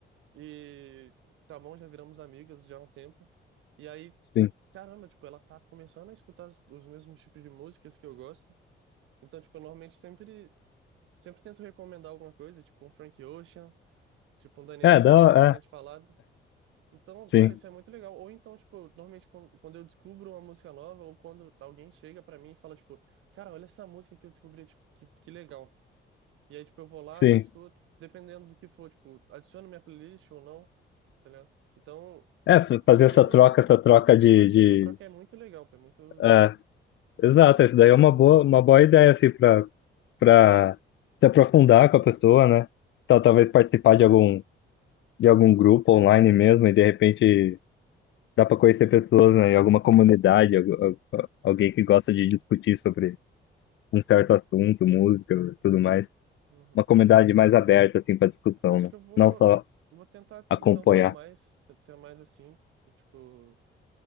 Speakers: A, on the right; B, on the left.
A: e tá bom, já viramos amigas já há um tempo. E aí,
B: sim.
A: caramba, tipo, ela tá começando a escutar as- os mesmos tipos de músicas que eu gosto. Então, tipo, eu normalmente sempre, sempre tento recomendar alguma coisa, tipo um Frank Ocean, tipo um Daniel
B: É,
A: Caesar,
B: dá,
A: que eu tinha
B: é,
A: te falado. Então,
B: sim,
A: cara, isso é muito legal. Ou então, tipo, normalmente quan- quando eu descubro uma música nova, ou quando alguém chega pra mim e fala, tipo, cara, olha essa música que eu descobri, tipo, que, que legal. E aí, tipo, eu vou lá,
B: sim.
A: vou escuto, dependendo do que for, tipo, adiciono minha playlist ou não, tá ligado? Então,
B: É, f-
A: fazer,
B: fazer essa troca, essa troca de,
A: fazer
B: de,
A: essa troca é muito legal, pô, é muito,
B: é, exato, isso
A: muito
B: daí
A: satisfatório.
B: é uma boa, uma boa ideia, assim, para para se aprofundar com a pessoa, né? Tal-
A: Uhum,
B: talvez participar de algum, de algum grupo online mesmo e de repente dá para conhecer pessoas, né, em alguma comunidade, algu- al- alguém que gosta de discutir sobre um certo assunto, música, tudo mais.
A: uhum.
B: Uma comunidade mais aberta, assim, para discussão,
A: Acho
B: né?
A: que eu vou,
B: Não só
A: vou tentar,
B: acompanhar,
A: então, tá mais, ter mais assim, tipo,